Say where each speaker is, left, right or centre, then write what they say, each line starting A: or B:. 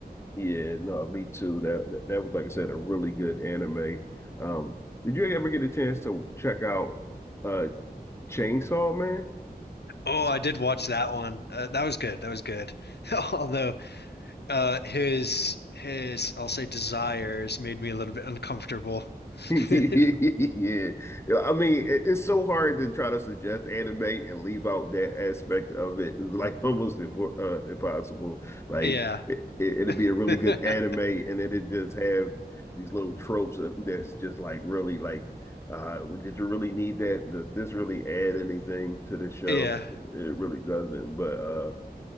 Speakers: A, on the left (about 15°); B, on the left (about 80°).
A: Yeah, no, me too. That that, was like I said, a really good anime. Um, did you ever get a chance to check out uh Chainsaw Man?
B: Oh, I did watch that one. Uh, that was good. That was good. <laughs> Although uh his his I'll say desires made me a little bit uncomfortable.
A: <laughs> Yeah.
B: <laughs>
A: Yeah, I mean, it, it's so hard to try to suggest anime and leave out that aspect of it. It's like <laughs> almost impo uh, impossible. Like
B: Yeah.
A: it, it, it'd be a really
B: <laughs>
A: good anime, and then it just have these little tropes of- that's just like really like, uh, did you really need that? Does this really add anything to the show?
B: Yeah.
A: It really doesn't. But uh,